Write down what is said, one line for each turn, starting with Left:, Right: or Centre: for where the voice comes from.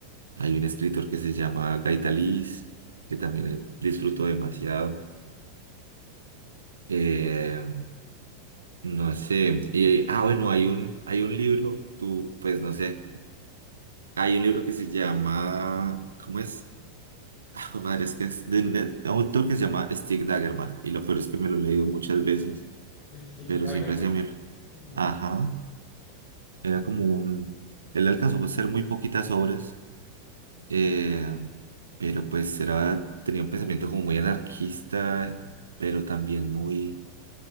Right: Hay un escritor que se llama Gaitaliz, que también eh, disfruto demasiado. Eh, No sé. Y, ah, bueno, hay un, hay un libro, tú, pues no sé. Hay un libro que se llama, ¿cómo es? <laughs> Ah, jue madre, es que es de un de un autor que se llama Stig Dagerman. Y lo peor es que me lo he leído muchas veces,
Left: Stig
Right: pero
Left: Dagerman,
Right: siempre se me...
Left: mm,
Right: Ajá, era como un... Él alcanzó a hacer muy poquitas obras, eh, pero pues era, tenía un pensamiento como muy anarquista, pero también muy...